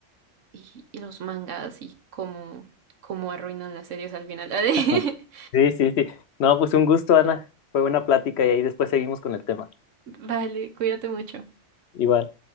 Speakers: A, on the right; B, on the left.
A: y- y los mangas y cómo, cómo arruinan las series al final. <laughs>
B: <laughs> sí, sí, sí. No, pues un gusto, Ana. Fue buena plática y ahí después seguimos con el tema.
A: Vale, cuídate mucho.
B: Igual.